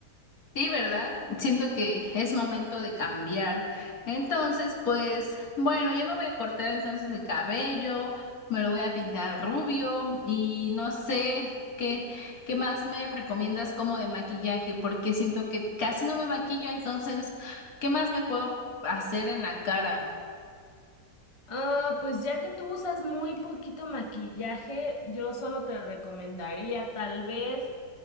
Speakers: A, on the left; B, on the left.
A: Sí, ¿verdad? Siento que es momento de cambiar. Entonces, pues bueno, ya me voy a cortar entonces el cabello, me lo voy a pintar rubio y no sé qué, qué más me recomiendas como de maquillaje, porque siento que casi no me maquillo, entonces, ¿qué más me puedo hacer en la cara?
B: Ah, pues ya que tú usas muy poquito maquillaje, yo solo te recomendaría tal vez